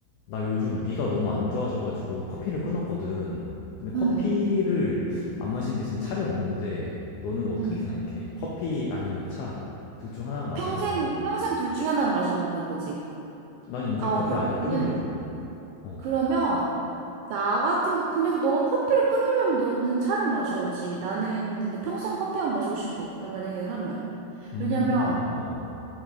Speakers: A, on the left (about 90°); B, on the right (about 80°).
A: 나 요즘 위가 너무 안 좋아져가지고 커피를 끊었거든. 근데 커피를
B: 음,
A: 안 마시는 대신 차를 먹는데 너는 어떻게
B: 음.
A: 생각해? 커피 아니면 차? 둘 중 하나만 마셔야
B: 평생,
A: 된다면
B: 평생 둘 중에 하나는 마셔야 된다는 거지.
A: 난 이제
B: 아,
A: 커피안
B: 그러면은,
A: 아예 끊으려고. 어.
B: 그러면, 나 같으면, 근데 그 너가 커피를 끊으려면 너는 차를 마셔야지. 나는 근데 평생 커피만 마시고 싶어. 나 만약에 하면.
A: 음,
B: 왜냐면,
A: 어, 어.